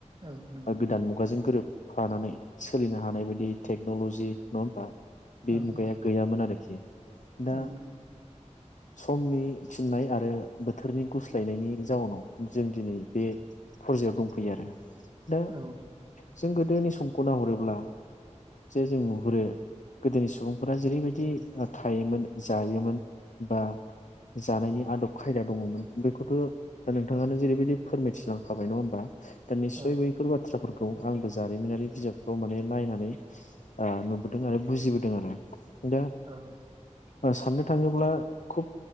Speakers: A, on the right; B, on the left.
A: औ नंगौ
B: गोदान मुगाजों गोरोब फानानै सोलिनो हानाय बायदि टेक्न'ल'जि नङा होमबा? बे
A: औ
B: मुगाया
A: औ
B: गैयामोन आरोखि दा
A: औ नंगौ
B: समनि थिननाय आरो बोथोरनि गुस्लायनायनि जाउनाव जों दिनै बे फरजायाव दंफैयो आरो दा
A: औ
B: जों गोदोनि स समखौ नाहरोब्ला जे जोङो नु हुरो गोदोनि सुबुंफोरा जेरैबायदि थायोमोन जायोमोन बा जानायनि आदब खायदा दङमोन बेखौथ' दा नोंथाङानो
A: औ
B: जेरैबायदि फोरमायथिलांखाबाय नङा होमबा दा निसय
A: औ
B: बैफोर बाथ्राफोर खौ आंबो जारिमिनारि बिजाबफ्राव माने नायनानै आ नुबोदों आरो बुजिबोदों आरो दा
A: औ
B: ओ साननो थाङोब्ला खुब